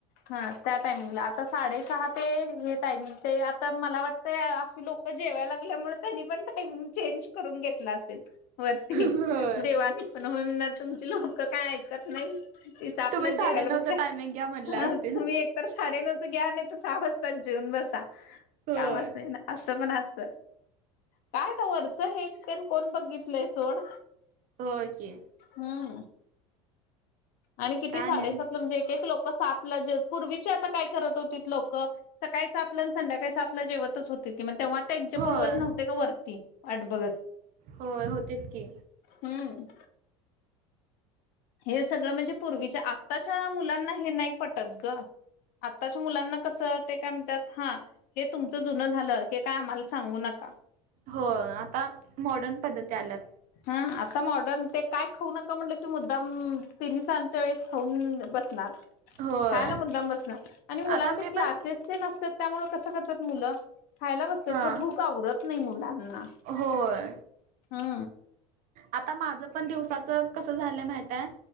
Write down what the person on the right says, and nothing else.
होय
तुम्ही साडेनऊच
टायमिंग घ्या म्हणल्या
असतील
होय
होय की
काय
आणि
होय
होय होते की
हो आता मॉडर्न पद्धती आल्यात.
होय
आता मी
पण
हा
होय
आता माझं पण दिवसाचं कस झालय माहित आहे?